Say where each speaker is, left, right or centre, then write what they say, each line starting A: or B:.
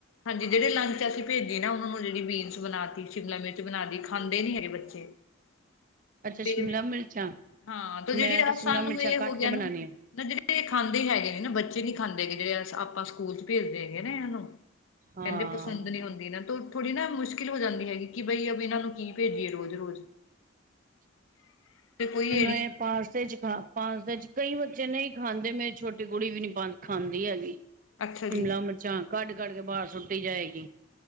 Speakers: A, on the left; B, on the right.
A: ਹਾਂਜੀ, ਜਿਹੜੇ ਲੰਚ ਅਸੀਂ ਭੇਜੀ ਨਾ ਉਹਨਾਂ ਨੂੰ ਜੇੜੀ ਬੀਨਸ ਬਣਾਤੀ, ਸ਼ਿਮਲਾ ਮਿਰਚ ਬਣਾਤੀ ਖਾਂਦੇ ਨੀ ਹੈਗੇ ਬੱਚੇ। <inaudible>
B: ਅੱਛਾ
A: ਤੇ
B: ਸ਼ਿਮਲਾ ਮਿਰਚਾਂ
A: ਹਾਂ ਤੇ ਜਿਹੜੇ
B: ਮੈਂ
A: ਆ
B: ਸ਼ਿਮਲਾ
A: ਸਾਨੂੰ
B: ਮਿਰਚਾਂ
A: ਇਹ
B: ਕੱਟ
A: ਹੋ
B: ਕੇ
A: ਗਿਆ ਨਾ,
B: ਬਣਾਉਣੀ ਆ
A: ਨਾ ਜੇੜੇ ਵਡੇ ਖਾਂਦੇ ਹੈਗੇ ਨੀ ਨਾ, ਬੱਚੇ ਨੀ ਖਾਂਦੇ ਹੈਗੇ ਜਿਹੜੇ ਆਪਾਂ ਸਕੂਲ ਚ ਭੇਜਦੇ ਹੈਗੇ ਨਾ ਇੰਨਾ ਨੂੰ
B: ਹਾਂ
A: ਕਹਿੰਦੇ ਪਸੰਦ ਨੀ ਹੁੰਦੀ ਨਾ, ਤੂੰ ਥੋੜ੍ਹੀ ਨਾ ਮੁਸ਼ਕਿਲ ਹੋ ਜਾਂਦੀ ਹੈਗੀ, ਕਿ ਬਈ ਇਨਾਂ ਨੂੰ ਕੀ ਭੇਜੀਏ ਰੋਜ਼-ਰੋਜ਼। <inaudible>
B: <unintelligible> ਇਹ
A: ਇਹੜੀ
B: ਨਾ ਪਾਸਤੇ ਚ ਖਾ ਪਾਸਤੇ ਚ ਕਈ ਬੱਚੇ ਨਈ ਖਾਂਦੇ, ਮੇਰੀ ਛੋਟੀ ਕੁੜੀ ਵੀ ਨੀ ਖਾਂਦੀ ਹੈਗੀ।
A: ਅੱਛਾ ਜੀ
B: ਸ਼ਿਮਲਾ ਮਿਰਚਾਂ ਕੱਢ-ਕੱਢ ਕੇ ਬਾਰ ਸੁੱਟੀ ਜਾਏਗੀ,